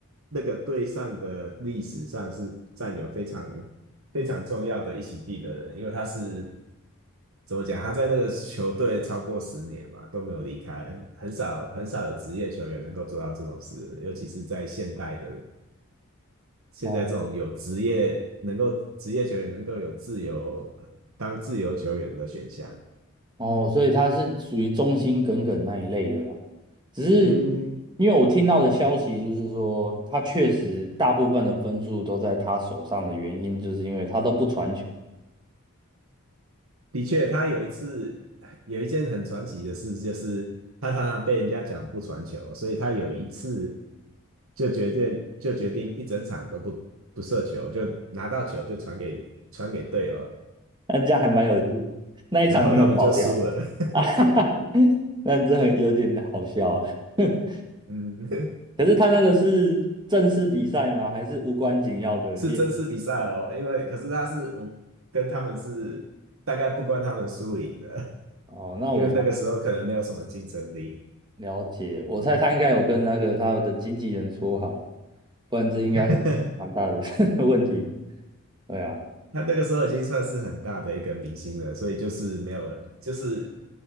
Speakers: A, on the right; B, on the right.
A: 那个队上的历史上是占有非常非常重要的一席地的人，因为他是怎么讲？他在那个球队超过十年嘛，都没有离开，很少很少有职业球员能够做到这种事，尤其是在现代的现在这种有职业能够职业球员能够有自由当自由球员的选项。
B: 哦，哦，所以他是属于忠心耿耿那一类的啦。只是
A: 嗯，
B: 因为我听到的消息就是说，他确实大部分的分数都在他手上的原因，就是因为他都不传球。
A: 的确，他有一次有一件很传奇的事，就是他常常被人家讲不传球，所以他有一次就决定就决定一整场都不不射球，就拿到球就传给传给队友，
B: 那这样还蛮有趣的那一场没有爆掉，
A: 然后他们就输了。<laughs>
B: <laughs> 那这很有点好笑啊。<laughs>
A: 嗯，
B: 可是他那个是正式比赛吗？还是无关紧要的练习
A: <laughs> 是真实比赛哦，因为可是他是我跟他们是大概不关他们输赢的，
B: 哦，那我才。
A: 因为那个时候可能没有什么竞争力。
B: 了解，我猜他应该有跟那个他的经纪人说好，不然这应该会蛮大的
A: <laughs>
B: <laughs> 问题。对啊，
A: 他那个时候已经算是很大的一个明星了，所以就是没有人，就是